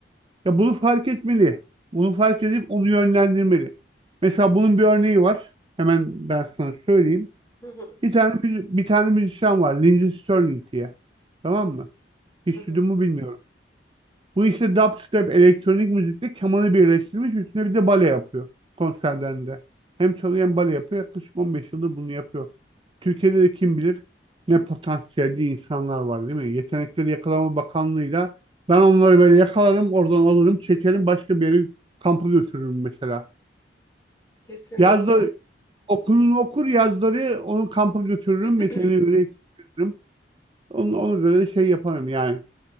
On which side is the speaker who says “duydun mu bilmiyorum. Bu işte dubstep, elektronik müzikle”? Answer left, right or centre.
Right